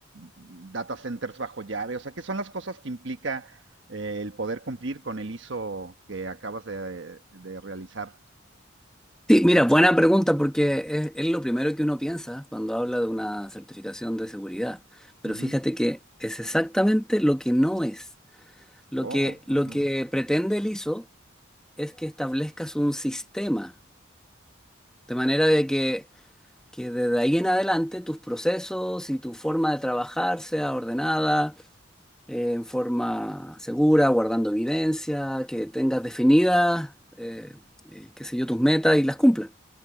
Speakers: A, on the right (about 65°); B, in the centre.
A: data centers bajo llave, o sea, ¿qué son las cosas que implica eh, el poder cumplir con el ISO que acabas de, de realizar?
B: Sí, mira, buena pregunta porque es, es lo primero que uno piensa cuando habla de una certificación de seguridad. Pero
A: Ujú.
B: fíjate que es exactamente lo que no es. Lo
A: Oh,
B: que, lo
A: ujú.
B: que pretende el ISO es que establezcas un sistema, de manera de que, que desde ahí en adelante tus procesos y tu forma de trabajar sea ordenada, eh, en forma segura, guardando evidencia, que tengas definidas, eh, eh, qué sé yo, tus metas y las cumplas.